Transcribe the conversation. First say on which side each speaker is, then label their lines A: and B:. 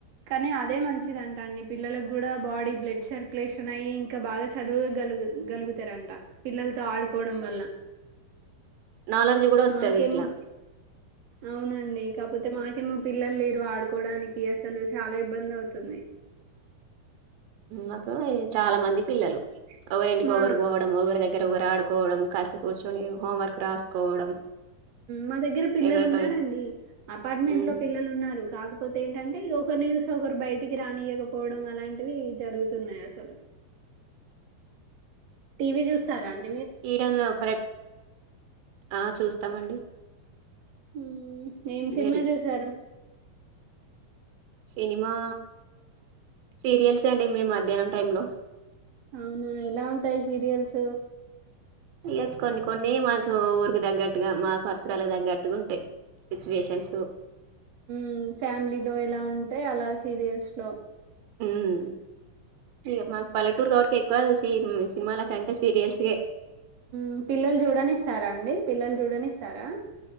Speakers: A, on the right; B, on the right.
A: కానీ అదే మంచిదంట అండి పిల్లలకు కూడా బాడీ బ్లడ్ సర్క్యులేషన్ అయ్యి ఇంకా బాగా చదువగలుగు గలుగుతారంట పిల్లలతో ఆడుకోవడం వల్ల
B: నాలెడ్జ్ కూడా వస్తది
A: మాకేమో
B: ఇట్లా
A: అవునండి కాపోతే మాక మ పిల్లలు లేరు ఆడుకోవడానికి అస్ చలు చాలా ఇబ్బంది అవుతుంది.
B: నాకు చాలా మంది పిల్లలు ఒకవరింటికి
A: మా
B: ఒకరు పోవడం ఒకరి దగ్గ దగ్గర ఒకరు ఆడుకోవడం కలిసి కూర్చొని హోంవర్క్ రాసుకోవడం
A: మా దగ్గర పిల్లలు
B: ఎవరితో
A: ఉన్నారండి అపార్ట్మెంట్
B: ఉమ్,
A: లో పిల్లలు ఉన్నారు కాకపో కాకపోతే ఏంటంటే ఒకరి యూస్ ఒకరు బయటికి రానియకపోవడం అలాంటివి జరుగుతున్నాయి అసలు టీవీ చూస్తారాండి
B: ఈ రెన్న ప ఆ చూస్తామండి
A: హ ఏం సినిమా
B: మీరు
A: చూసారు
B: సినిమా సీరియల్స్ అండి మేము మధ్యాహ్నం టైంలో
A: అవునా ఎలా ఉంటాయి సీరియల్స్
B: ఇచ్చుకోండి కొన్ని మనకు ఊరికి తగ్గట్టుగా మా పరిసరాలకు తగ్గట్టుగా ఉంటాయి సిచ్యువేషన్స్
A: మ్ ఫ్యామిలీలో ఎలా ఉ అంటే అలా సీరియల్స్ లో
B: మ్ అమ్మా పల్లెటూర్ కా <unintelligible> సినిమాల కంటే సీరియల్స్గా
A: మ్ పిల్లలు చూడని ఇస్తారా అండి పిల్లలు చూడనిస్తారా